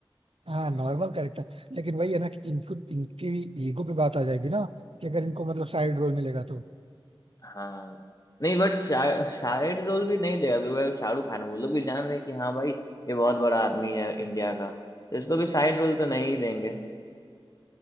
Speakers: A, on the right; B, on the left.
A: हाँ नॉर्मल कैरेक्टर लेकिन वही है ना कि इनको इनकी भी ईगो पे बात आ जाएगी ना कि अगर इनको मतलब साइड रोल मिलेगा तो
B: हाँ नहीं बट शा, शायद रोल भी नहीं देगा क्योंकि अगर शाहरुख खान है, वो लोग भी जान रहे हैं कि हाँ भाई ये बहुत बड़ा आदमी है इंडिया का तो इसको भी साइड रोल तो नहीं ही देंगे